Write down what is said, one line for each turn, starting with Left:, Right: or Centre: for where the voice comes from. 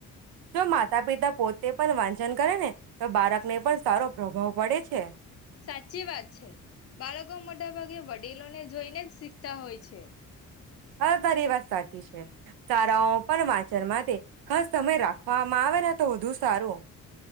Right: જો માતા પિતા પોતે પણ વાંચન કરે ને તો બાળક ને પણ સારો પ્રભાવ પડે છે.
Left: સાચી વાત છે બાળકો મોટાભાગે વડીલો ને જોઈને જ શીખતા હોય છે.
Right: હા તારી વાત સાચી છે શાળાઓ પણ વાંચન માટે ખાસ તમે રાખવામાં આવે ને તો વધુ સારું